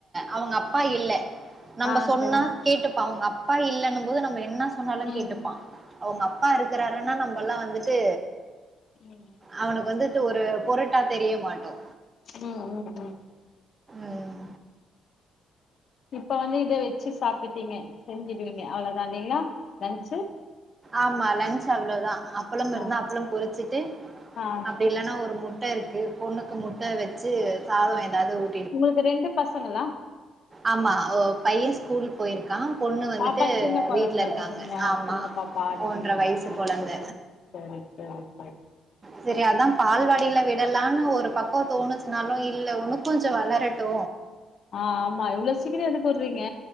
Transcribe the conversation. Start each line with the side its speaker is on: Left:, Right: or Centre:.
Right: அவுங்க அப்பா இல்ல நம்ம
Left: ஆ
Right: சொன்னா
Left: சரி
Right: கேட்டுப்பா அவுங்க அப்பா இல்லன்னு போது நம்ம என்ன சொன்னாலு
Left: ம்
Right: கேட்டுப்பா அவுங்க அப்பா இருக்கறாருன்னா நம்ம எல்லா வந்துட்டு
Left: ம்
Right: அவனுக்கு வந்துட்டு ஒரு பொருட்டா தெரிய மாட்டோ
Left: ம் ம் ம்
Right: ம்.
Left: இப்போ வந்து இத வெச்சு சாப்டுட்டீங்க செஞ்சுடுவீங்க அவ்ளோதா இல்லைங்ளா லன்ச்சு
Right: ஆமா லன்ச் அவ்ளோதா அப்பளம்
Left: ஆ
Right: இருந்தா அப்பளம் பொரிச்சிட்டு
Left: ஆ
Right: ப்டி இல்லன்னா ஒரு முட்ட இருக்கு பொண்ணுக்கு முட்ட வச்சு சாத ஏதாவது ஊ
Left: உங்களுக்கு ரெண்டு பசங்களா
Right: ஆமா ஒ பைய ஸ்கூல் போயிருக்கா பொண்ணு வந்துட்டு
Left: பாப்பா சின்ன கொழந்தன்னு
Right: வீட்ல இருக்காங்க
Left: சொன்னீங்க
Right: ஆம்மா
Left: சின்ன பாப்பா அப்டின்னீங்க
Right: ஒன்ற வயசு
Left: ஆமா
Right: கொழந்த
Left: சரி சரி சரி சரி
Right: சரி அதா பால்வாடில இதெல்லாமே ஒரு பக்கோ தோணுச்சுனாலு இல்ல உன்னு கொஞ்சோ வளரட்டு
Left: ஆம்மா இவ்ளோ சீக்ரோ எந்து போட்றீங்க